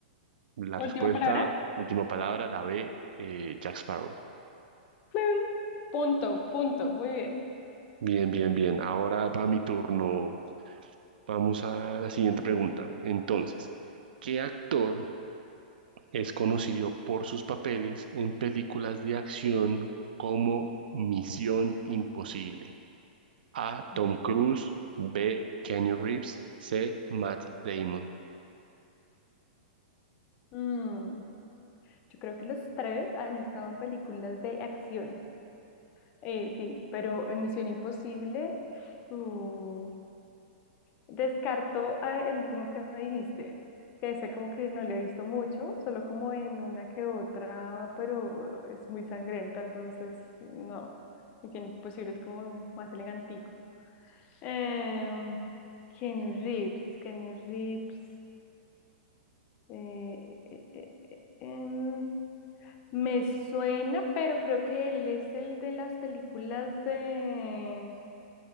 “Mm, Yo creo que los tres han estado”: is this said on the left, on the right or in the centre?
Left